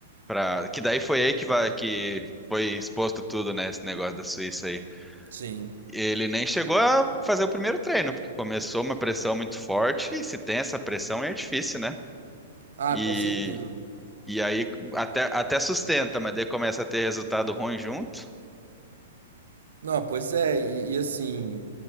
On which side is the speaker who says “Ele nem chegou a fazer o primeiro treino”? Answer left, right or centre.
Centre